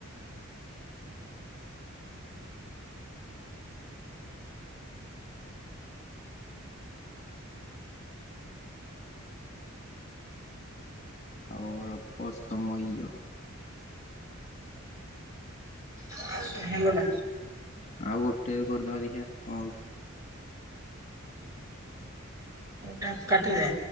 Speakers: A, on the left (about 35°); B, on the right (about 15°).
A: ଆଉ ଅଳ୍ପ ସମୟ।
B: <unintelligible> ହେଇଗଲା।
A: ଆଉ ଗୋଟେ କରିଦବା ଦେଖିଆ କଣ ହଉଛି।
B: ଡା କାଟିଦେ।